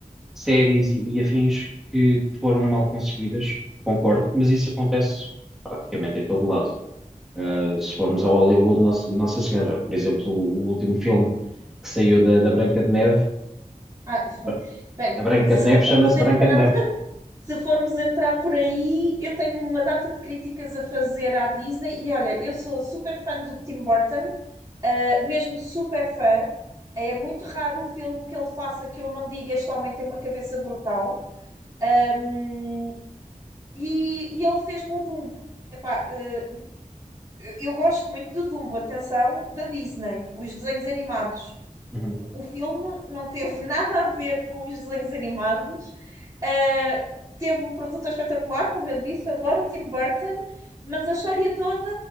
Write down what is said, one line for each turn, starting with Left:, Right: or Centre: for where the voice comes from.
Centre: séries e, e afins que, que foram mal conseguidas, concordo, mas isso acontece praticamente em todo lado. Uh, se formos ao Hollywood, Nossa, Nossa Senhora, por exemplo, o último filme que saiu da, da Branca de Neve,
Right: Ah, <laughs>
Centre: a Bra-
Right: bem,
Centre: a Branca
Right: se
Centre: de Neve
Right: formos
Centre: chama-se
Right: entrar,
Centre: Branca de Neve.
Right: <laughs> se formos entrar por aí, eu tenho uma data de críticas a fazer à Disney e olha, eu sou super fã do Tim Burton, ah, mesmo super fã. É muito raro o filme que ele faça que eu não diga este homem tem uma cabeça brutal. Um, E, e ele fez-me o Dumbo. Epá, eh, eu gosto muito do Dumbo, atenção, da Disney, os desenhos animados.
Centre: Uhum.
Right: O filme não teve <laughs> nada a ver com os desenhos animados. Eh, teve um produto espetacular, como eu disse, adoro o Tim Burton, mas a história toda,